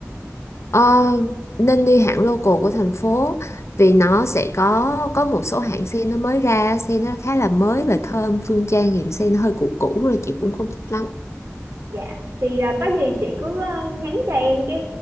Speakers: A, on the left; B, on the right.
A: Ờ, nên đi hãng local của thành phố vì nó sẽ có có một số hãng sen nó mới ra, sen nó khá là mới và thơm, Phương Trang thì sen nó hơi cũ cũ rồi chị cũng không thích lắm.
B: dạ thì à, có gì chị cứ à, nhắn cho em cái